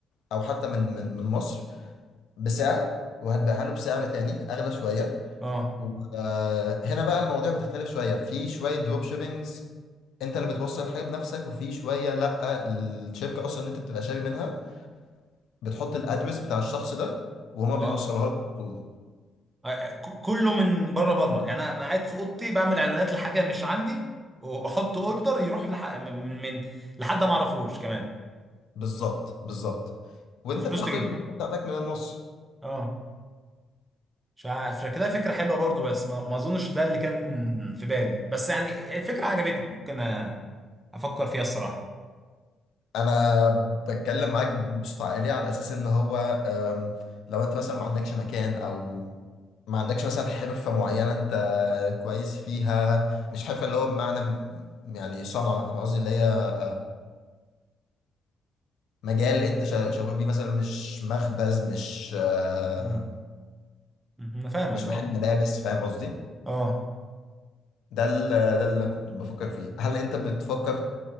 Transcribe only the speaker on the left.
او حتى من من من مصر بسعر وهتبيعها له بسعر تاني اغلى شويه
آه، هنا بقى المواضيع بتختلف شويه في شويه دروب شيبينجز انت اللي بتوصل الحاجه بنفسك وفي شويه لا الشركه اصلا اللي انت بتبقى شاري منها بتحط الادرس بتاع الشخص ده وهما بيوصلوها
لك على طول
بالظبط بالظبط وانت
بتاخد
الكومنت بتاعتك من النص
انا بتكلم معاك بصوت عالي على اساس ان هو أم، لو انت مثلا ما عندكش مكان او ما عندكش مثلا حرفة معينة انت كويس فيها مش حرفة اللي هو بمعنى م- يعني صنعة انا قصدي اللي هي مجال انت شا- شغوف بيه مثلا مش مخبز مش آه،
مش
محل ملابس فاهم قصدي
ده ال- ده اللي كنت بفكر فيه هل انت بتفكر